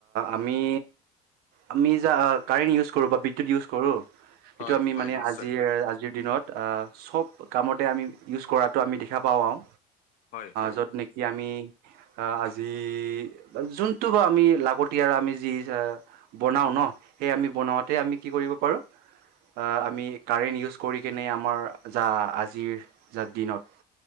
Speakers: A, on the right; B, on the left.
A: আমি আমি যা কাৰেণ্ট ইউজ কৰো বা বিদ্যুৎ ইউজ কৰো। সেইটো
B: হয়
A: আমি
B: হয়
A: মানে
B: নিশ্চয়
A: আজিৰ, আজিৰ দিনত চব কামতে আমি ইউজ কৰাটো আমি দেখা পাওঁ আৰু
B: হয়
A: য'ত নে কি আমি আ আজি- যোনটো বা আমি লাগতিয়াৰ আমি যি যা- বনাওঁ ন, সেই আমি বনাওঁতে আমি কি কৰিব পাৰোঁ- আ আমি কাৰেণ্ট ইউজ কৰি কেনে আমাৰ যা আজিৰ যা দিনত-